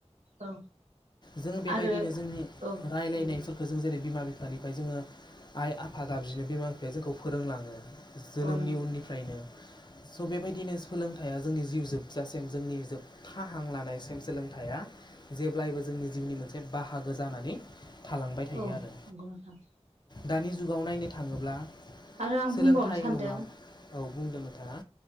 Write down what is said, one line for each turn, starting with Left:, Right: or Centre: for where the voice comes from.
Right: औ
Left: जोङो बेबायदिनो
Right: आरो
Left: जोंनि
Right: औ
Left: रायलायनायफोरखो
Right: नंगौ नोंथां
Left: जों जेरै बिमा बिफानिफाय जोङो आइ आफा गाबज्रिनो बिमा बिफाया जोंखौ फोरोंलाङो जोनोमनि
Right: औ नंगौ
Left: उननिफ्रायनो
Right: नोंथां
Left: स' बेबायदिनो सोलोंथाइया जोंनि जिउ जोबजासेम जोंनि जोब था हां लानायसिम सोलोंथाइया जेब्लायबो जोंनि जिउनि मोनसे बाहागो जानानै थालांबाय थायो
Right: औ
Left: आरो।
Right: नंगौ नोंथां
Left: दानि जुगाव नायनो थाङोब्ला
Right: आरो आं
Left: सोलोंथाइ
Right: बुंबावनो सानदों
Left: नङा औ बुंदो नोंथाङा